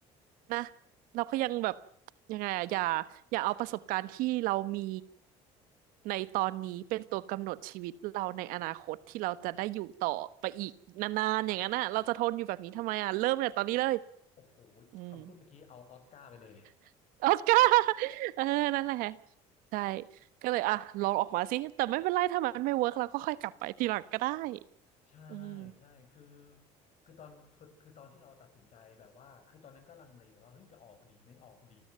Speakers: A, on the right; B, on the left.
A: นะเราก็ยังแบบยังไงอะอย่าอย่าเอาประสบการณ์ที่เรามีในตอนนี้เป็นตัวกำหนดชีวิตเราในอนาคตที่เราจะได้อยู่ต่อไปอีกนานๆอย่างนั้นน่ะเราจะทนอยู่แบบนี้ทำไมอ่ะเริ่มเลยตอนนี้เลย
B: โอ้โห
A: อืม
B: คำพูดเมื่อกี้เอาออสการ์ไปเลย
A: <laughs> ออสการ์ <laughs> เออนั่นแหละใช่ก็เลยอ่ะลองออกมาสิแต่ไม่เป็นไรถ้ามันไม่เวิร์กเราก็ค่อยกลับไปทีหลังก็ได้
B: <laughs> ใช่
A: อืม
B: ใช่คือคือตอนคือคือตอนที่เราตัดสินใจแบบว่าคือตอนนั้นก็ลังเลว่าเฮ้ยจะออกดีไม่ออกดี